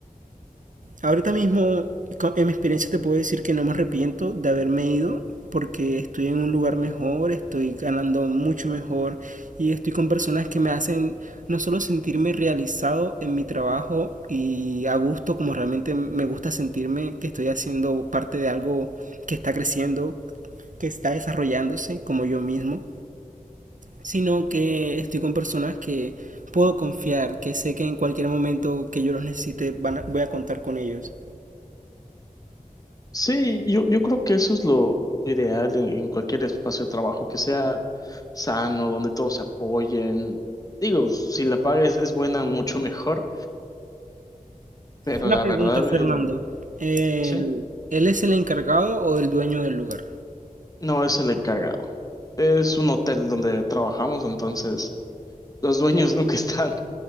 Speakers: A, on the right; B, on the left.
A: Ahorita mismo, co- en mi experiencia te puedo decir que no me arrepiento de haberme ido porque estoy en un lugar mejor, estoy ganando mucho mejor y estoy con personas que me hacen no solo sentirme realizado en mi trabajo y a gusto como realmente me gusta sentirme que estoy haciendo parte de algo que está creciendo, que está desarrollándose como yo mismo, sino que estoy con personas que puedo confiar, que sé que en cualquier momento que yo los necesite van a- voy a contar con ellos.
B: Sí, yo, yo creo que eso es lo ideal en, en cualquier espacio de trabajo, que sea sano, donde todos se apoyen. Digo, si la paga es, es buena, mucho mejor, pero
A: Una
B: la
A: pregunta,
B: verdad,
A: Fernando.
B: el,
A: ¿El-
B: sí,
A: ¿Él es el encargado o el dueño del lugar?
B: no es el encargado. Es un hotel donde trabajamos, entonces los dueños <laughs> nunca están